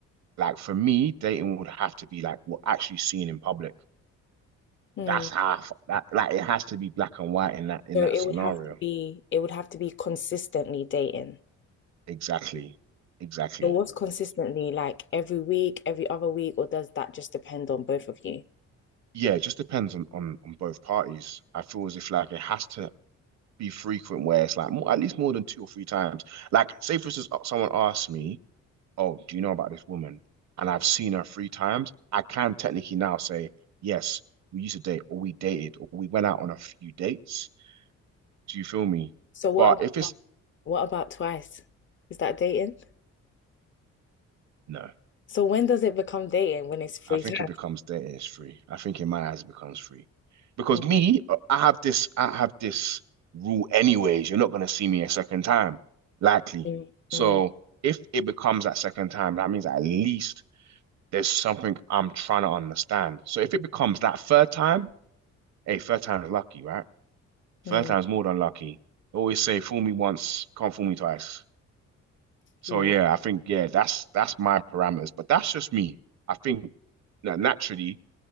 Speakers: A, on the right; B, on the left.
A: Like for me, dating would have to be like we're actually seen in public.
B: mm.
A: That's half that like it has to be black and white in that in
B: So
A: that
B: it
A: scenario.
B: would have to be it would have to be consistently dating.
A: Exactly. Exactly.
B: But what's consistently like every week, every other week, or does that just depend on both of you?
A: yeah, it just depends on, on on both parties. I feel as if like it has to be frequent where it's like more at least more than two or three times. Like say for instance, uh, someone asks me, "Oh, do you know about this woman?" And I've seen her three times. I can technically now say, "Yes, we used to date, or we dated, or we went out on a few dates." Do you feel me?
B: So what
A: But if it's
B: about what about twice? Is that dating?
A: no,
B: So when does it become dating? When it's free
A: I think
B: time?
A: it becomes there is free. I think in my eyes it becomes free. Because
B: Mm,
A: me, I have this I have this rule anyways. You're not gonna see me a second time, likely.
B: mm,
A: So
B: mm.
A: if it becomes that second time, that means at least there's something I'm trying to understand. So if it becomes that third time, hey, third time is lucky, right?
B: mm.
A: Third time's more than lucky. I always say fool me once, can't fool me twice. So
B: Yeah.
A: yeah, I think yeah, that's that's my parameters. But that's just me. I think that naturally